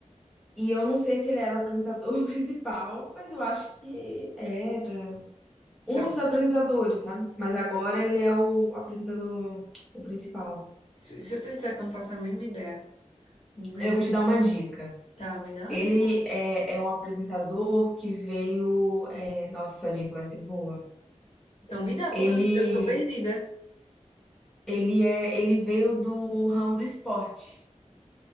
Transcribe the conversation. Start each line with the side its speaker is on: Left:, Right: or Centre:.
Centre: e eu não sei se ele era o apresentador <laughs> principal, mas eu acho que era um
Left: tá.
Centre: dos apresentadores, sabe? Mas agora ele é o apresentador o principal.
Left: Se, se eu te disser que eu não faço a mínima ideia, meu,
Centre: Eu vou te dar uma dica.
Left: tá, me dá,
Centre: Ele
Left: né?
Centre: é, é um apresentador que veio. é, Nossa, essa dica vai ser boa.
Left: Então me dá,
Centre: Ele,
Left: porque eu não- eu tô perdida.
Centre: ele é, ele veio do ramo do esporte.